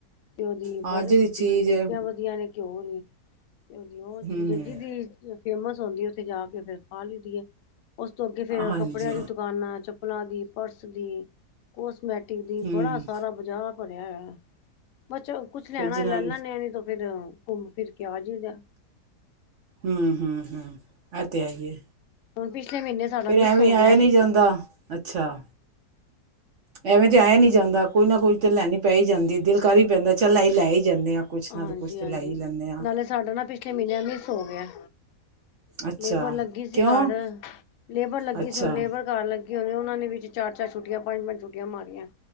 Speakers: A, on the left (about 65°); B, on the right (about 55°).
A: ਤੇ ਉਹਦੀ
B: ਹਾਂ
A: ਬਰਫ਼ੀ,
B: ਜਿਹੜੀ ਚੀਜ਼
A: ਜਲੇਬੀਆਂ
B: ਹੈ
A: ਵਧਿਆ ਨੇ ਘਿਓ ਵਾਲੀ ਤੇ ਉਹਦੀ ਉਹ
B: ਹਮ
A: ਚੀਜ਼, ਜਿਹਦੀ ਫੇਮਸ ਹੁੰਦੀ ਏ ਉੱਥੇ ਜਾ ਕੇ ਫਿਰ ਖਾ ਲਈ ਦੀ ਏ। ਉਸ ਤੋਂ ਅੱਗੇ ਫਿਰ
B: ਹਾਂਜੀ
A: ਕੱਪੜਿਆਂ ਦੀ ਦੁਕਾਨਾਂ, ਚੱਪਲਾਂ ਦੀ, ਪਰਸ ਦੀ, ਕੋਸ ਮੈਟਿਕ ਦੀ
B: ਹਮ
A: ਬੜਾ ਸਾਰਾ ਬਜਾਰ ਭਰਿਆ ਹੋਆ। ਬ ਚ ਕੁੱਛ ਲੈਣਾ
B: ਫਿਰ ਜਿਨਾਂ
A: ਲੈ ਲਾਂ ਨੇਣੀ ਤ ਫਿਰ ਘੁੰਮ ਫਿਰ ਕ ਆ ਜਾਈ ਦਾ।
B: ਹਮ ਹਮ ਹਮ ਐਤੇ ਹੇਈ ਐ।
A: ਹੁਣ ਪਿਛਲੇ ਮਹੀਨੇ ਸਾਡਾ
B: ਫਿਰ
A: ਮਿਸ
B: ਐਵੇਂ
A: ਹੋ
B: ਆਯਾ
A: ਗਿਆ।
B: ਨਹੀਂ ਜਾਂਦਾ। ਅੱਛਾ, ਐਵੇਂ ਤੇ ਆਇਆ ਨੀ ਜਾਂਦਾ ਕੋਈ ਨਾ ਕੋਈ ਤੇ ਲੈਣੀ ਪੈ ਹੀ ਜਾਂਦੀ ਦਿਲ ਕਰ ਹੀ ਪੈਂਦਾ ਚੱਲ ਲ ਲੈ ਹੀ। ਜਾਂਦੇ ਹਾਂ ਕੁਛ
A: ਹਾਂਜੀ
B: ਨਾ ਕੁਛ ਤੇ
A: ਹਾਂਜੀ
B: ਲੈ ਹੀ ਲੈਂਦੇ ਹਾਂ
A: ਨਾਲੇ ਸਾਡਾ ਨਾ ਪਿਛਲੇ ਮਹੀਨਿਆਂ ਮਿਸ ਹੋ ਗਿਆ।
B: ਅੱਛਾ
A: ਲੇਬਰ ਲੱਗੀ ਸੀ
B: ਕਿਉਂ
A: ਕਾਰ ਲੇਬਰ ਲੱਗੀ
B: ਅੱਛਾ
A: ਸੀ ਹੁਣ ਲੇਬਰ ਕਾਰ ਲੱਗੀ। ਉਹਨਾਂ ਨੇ ਵਿੱਚ ਚਾਰ ਚਾਰ ਛੁੱਟੀਆਂ ਪੰਜ ਪੰਜ ਛੁੱਟੀਆਂ ਮਾਰੀਆਂ।